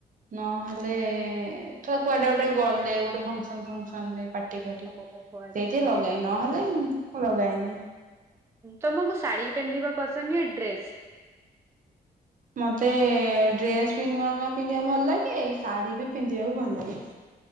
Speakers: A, on the right; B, on the right.
A: ନହେଲେ ଥର କୁଆଡେ ଗୋଟେ ଗଲେ ଗୋଟେ ଫଙ୍କସନ ଫଙ୍କସନ ରେ। ପାଟି ଫାଟି
B: ଓହୋ ଆଚ୍ଛା
A: ସେଇଠି ଲଗାଏ ନହେଲେ ମୁଁ ଲଗାଏନି।
B: ତମକୁ ଶାଢୀ ପିନ୍ଧିବା ପସନ୍ଦନା ଡ୍ରେସ୍?
A: ମତେ ଡ୍ରେସ ବି ନୂଆ ନୂଆ ପିନ୍ଧିବାକୁ ଭଲ ଲାଗେ, ଶାଢୀ ବି ପିନ୍ଧିବାକୁ ଭଲ ଲାଗେ।